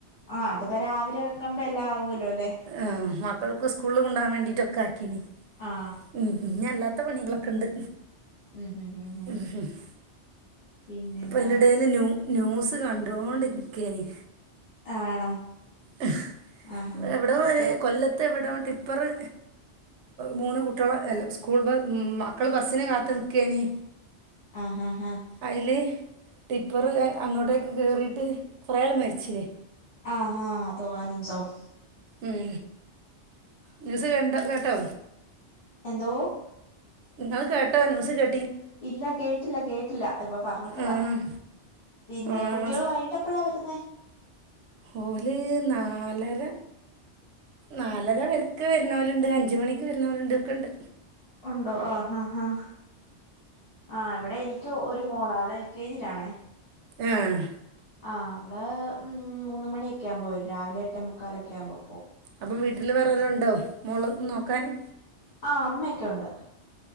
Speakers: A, on the left; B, on the right.
A: ആഹ്, അതിപ്പ രാവിലെ വെക്ക്മ്പോ എല്ലാം ആവു അല്ലോലേ
B: ആഹ്, മക്കൾക്ക് സ്കൂളിൽ കൊണ്ട്പോകാൻ വേണ്ടിട്ടൊക്കെ ആക്കീനി
A: ആ
B: ഉം, ഇഞ്ഞ് അല്ലാ ത്ത പണികളൊക്കെ ഉണ്ട്.
A: ഉം ഉം ഉം
B: <unintelligible>
A: ഉം പിന്നെന്താ
B: അപ്പൊ അയിന്റെ ഇ ടയില് ന്യൂ ന്യൂസ് കണ്ടോണ്ട് നിക്കിയെനി.
A: ആണോ.
B: ഹ്
A: ആഹാ
B: എവിടെ
A: ഇവിടെ
B: ഒരു കൊല്ലത്ത് എവിടോ ടിപ്പറ് മൂന്ന് കുട്ടികളെ അല്ല സ്കൂൾ ബ മക്കള് ബസ്സിന് കാത്ത് നിക്കേനി
A: ആഹ് ആഹ് ആഹ്.
B: അയില് ടിപ്പറ് അങ്ങോട്ടേക്ക് കേയറിട്ട് കുറെ ആൾ മരിച്ചില്ലേ?
A: ആഹ് ആഹ് <unintelligible>
B: ഉം, ന്യൂസ് കണ്ടോ കേട്ടോ?
A: എന്തോ?
B: ഇങ്ങള് കേട്ടോ ന്യൂസ്കേ
A: ഇല്ല കേട്ടില്ല കേട്ടില്ല ഇപ്പോ പറഞ്ഞപ്പോഴാ
B: ആഹ്
A: പിന്നെ
B: ആഹ്
A: കുട്ടികളുമായി എപ്പഴ വരുന്നേ?
B: ഓല് നാലര നാലര ക്ക് വരുന്നോല്ണ്ട് അഞ്ച് മണിക്ക് വരുന്നോല്ണ്ട് ഒക്കെണ്ട്.
A: ഉണ്ടോ ആഹ്, ആഹ്, ആഹ്, ആ ഇവിടെ എനിക്ക് ഒരു മോള് അവള് എൽ കെ ജിയിലാണേ.
B: ഏഹ്.
A: ആ അവള് മൂന്ന് മണിയൊക്കെ ആവുമ്പോൾ വരും രാവിലെ എട്ടേ മുക്കാലൊക്കെ ആവുമ്പോ
B: അപ്പോ വീട്ടില് വെറെ ആരോ ഉണ്ടോ മോളെ നോക്കാന്?
A: ആ അമ്മയൊക്കെ ഉണ്ട്.